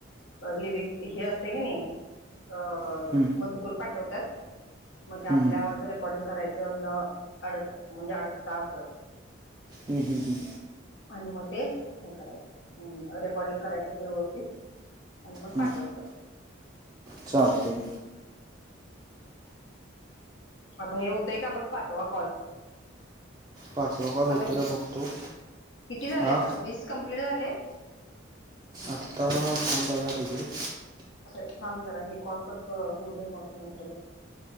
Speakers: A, on the left; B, on the right.
A: लिरिक हे असते क नाही अ
B: हं, हं,
A: मजकूर पाठवतत. मग ते आपल्या
B: हं.
A: आवाज रेकॉर्डिंग करायचं न अडक म्हणजे अडकता असं,
B: हम् हम् हम्
A: आणि मग ते हे करायचं रेकॉर्डिंग करायचं व्यवस्थित. आणि मग
B: हं.
A: पाठवायचं.
B: चालतंय.
A: आता हे होतंय का बघ पाचवा कॉल.
B: पाचवा कॉल होतय
A: आता
B: का बघतो.
A: किती झाले
B: हा
A: आता वीस कम्प्लीट झाले काय?
B: आत्ता थांबा बघायला पाहिजे.
A: असं थाम जरा हे कॉलकट होऊ दे मग नंतर बघ.